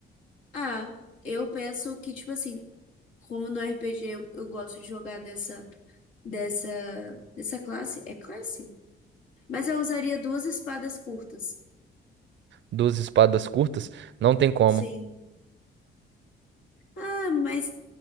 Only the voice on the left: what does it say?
Ah, eu penso que, tipo assim, como no RPG eu, eu gosto de jogar dessa, dessa, dessa classe. É classe? Mas eu usaria duas espadas curtas.
Sim. Ah, mas